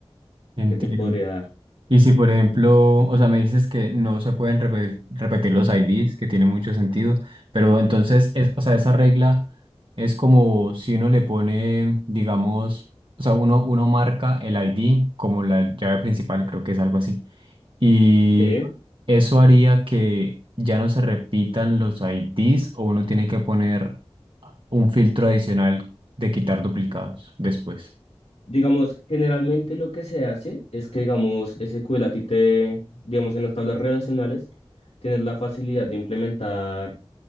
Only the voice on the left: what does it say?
que te podría dar.
Sí.
Digamos, generalmente lo que se hace es que, digamos, SQL a ti te, digamos, en las tablas relacionales, tienes la facilidad de implementar